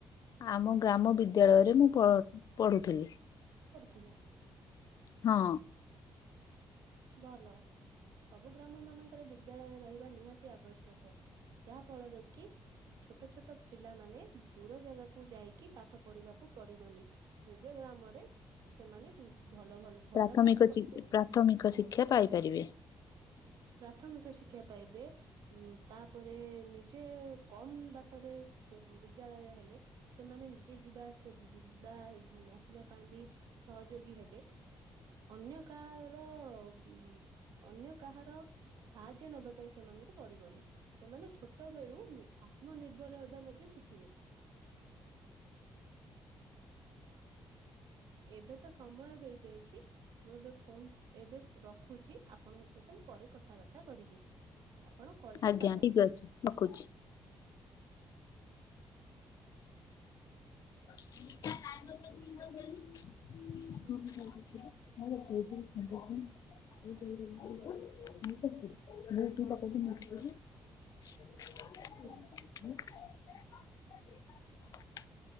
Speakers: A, on the left; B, on the right.
A: ଆମ ଗ୍ରାମ ବିଦ୍ୟାଳୟରେ ମୁଁ <unintelligible> ପଢ଼ୁଥିଲି।
B: ଥିଲେ
A: ହଁ।
B: ଭଲ। ସବୁ ଗ୍ରାମ ମାନଙ୍କରେ ବିଦ୍ୟାଳୟ ରହିବା ନିହାତି ଆବଶ୍ୟକ ଯାହା ଫଳରେ କି ଛୋଟ ଛୋଟ ପିଲାମାନେ ଦୂର ଜାଗାକୁୁ ଯାଇକି ପାଠ ପଢିବାକୁ ପଡିବନି। ଗ୍ରାମରେ ସେମାନେ ଚି ଭଲ ଭଲ ଭଲ
A: ପ୍ରାଥମିକ
B: ପାଠ ପଢିପାରିବେ
A: ଚି ପ୍ରାଥମିକ ଶିକ୍ଷା ପାଇପାରିବେ
B: ପ୍ରାଥମିକ ଶିକ୍ଷା ପାଇବେ ଉଁ ତାପରେ ନିଜେ କମ ବାଟରେ କୁମ ବିଦ୍ୟାଳୟ ହେଲେ ସେମାନେ ନିଜେ ଯିବା ଆସିବ ଯିବ ଆ ଆସିବା ପାଇଁ ବି ସହଯୋଗୀ ହେବେ। ଅନ୍ୟ କାହାର ମ୍ ଅନ୍ୟ କାହାର ସାହାଯ୍ୟ ନବା ପାଇଁ ସେମାନଙ୍କୁ ପଡିବନି ସେମାନେ ଛୋଟ ବେଳୁ ନି ଆତ୍ମନିର୍ଭର ହେବା ମଧ୍ୟ ଶିଖିବେ। ଏବେ ତ ସମୟ ହେଇଯାଇଛି ମୁଁ ଏବେ ଫୋନ ଏବେ ରଖୁଚି ଆପଣଙ୍କ ସହିତ ମୁଁ ପରେ କଥାବାର୍ତ୍ତା କରିବି। ଆପଣ କଲଟି
A: ଆଜ୍ଞା
B: କାଟନ୍ତୁ।
A: ଠିକ ଅଛି ରଖୁଛି। <unintelligible>
B: ମୁଁ କଲ୍ କରିଥିଲି ତ ହେଲା